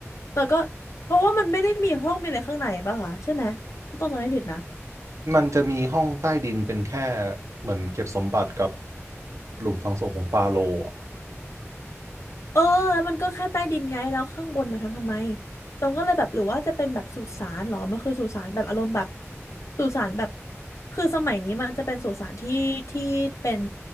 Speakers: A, on the left; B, on the right.
A: แต่ก็เพราะว่ามันไม่ได้มีห้องมีอะไรข้างในป่ะคะใช่ไหมถ้าต้องจำไม่ผิดนะ
B: มันจะมีห้องใต้ดินเป็นแค่เหมือนเก็บสมบัติกับหลุมฝังศพของฟาโรห์อะ
A: เออแล้วมันก็แค่ใต้ดินไงแล้วข้างบนนะทำทำไมตรงก็เลยแบบหรือว่าจะเป็นแบบสุสานเหรอมันคือสุสานแบบอารมณ์แบบสุสานแบบคือสมัยนี้มันจะเป็นสุสานที่ที่เป็น